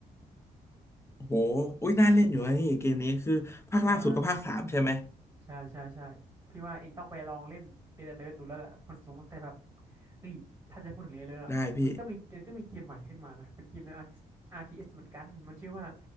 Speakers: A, on the left; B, on the right.
A: โอ้โหอุ้ยน่าเล่นอยู่นะพี่เกมนี้คือภาคล่าสุดก็ภาคสามใช่ไหม
B: ใช่ใช่ใช่ใช่พี่ว่าเองต้องไปลองเล่นเดดเลิร์ดูแล้วแหละมันสูงมากแต่แบบเฮ้ยถ้าจะพูดถึงเดนเลิร์มันก็มีมันก็มีเกมใหม่ขึ้นมานะเป็นเกมใน
A: ได้พี่
B: RTS เอสเหมือนกันมันชื่อว่า